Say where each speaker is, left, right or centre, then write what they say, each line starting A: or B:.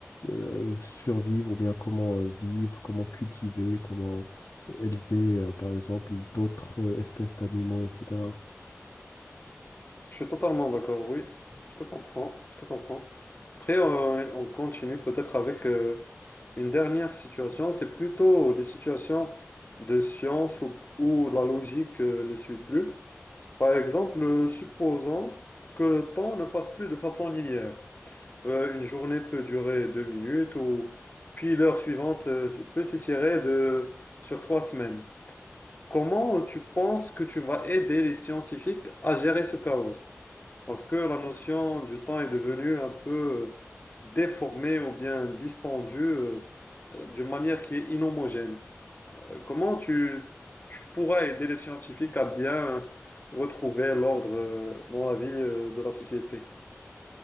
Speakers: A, on the left (about 80°); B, on the left (about 40°).
A: euh, survivre ou bien comment euh, vivre, comment cultiver, comment euh, élever euh, par exemple d'autres euh, espèces d'animaux, etc.
B: Je suis totalement d'accord, oui, je te comprends, je te comprends. Après, euh, on continue peut-être avec euh, une dernière situation, c'est plutôt des situations de science où, où la logique euh, ne suit plus. Par exemple, euh, supposons que le temps ne passe plus de façon linéaire. Euh, une journée peut durer deux minutes, ou puis l'heure suivante euh, peut s'étirer de, sur trois semaines. Comment tu penses que tu vas aider les scientifiques à gérer ce chaos? Parce que la notion du temps est devenue un peu euh, déformée ou bien distendue euh, euh, d'une manière qui est inhomogène. Euh, comment tu, tu pourras aider les scientifiques à bien retrouver l'ordre euh, dans la vie euh, de la société?